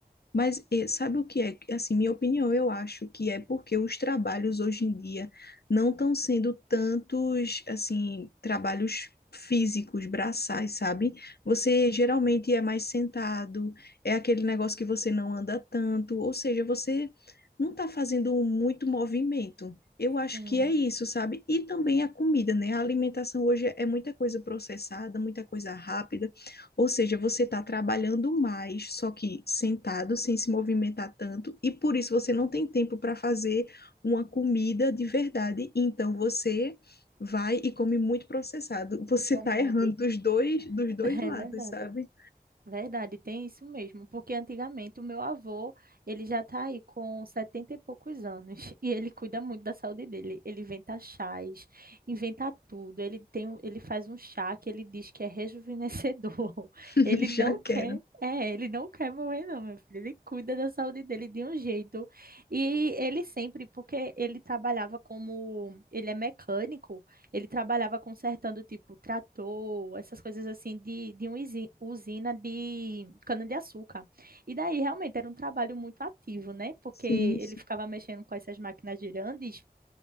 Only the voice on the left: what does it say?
Mas eh, sabe o que é? Assim, minha opinião, eu acho que é porque os trabalhos hoje em dia não estão sendo tantos, assim, trabalhos físicos, braçais, sabe? Você geralmente é mais sentado, é aquele negócio que você não anda tanto, ou seja, você não está fazendo muito movimento. Eu acho
que é isso, sabe? E também a comida, né? A alimentação hoje é muita coisa processada, muita coisa rápida. Ou seja, você está trabalhando mais, só que sentado, sem se movimentar tanto, e por isso você não tem tempo para fazer uma comida de verdade. Então você vai e come muito processado. <laughs> Você
está errando dos
dois, dos dois lados,
sabe?
<laughs>
Já quero.
Sim,
sim,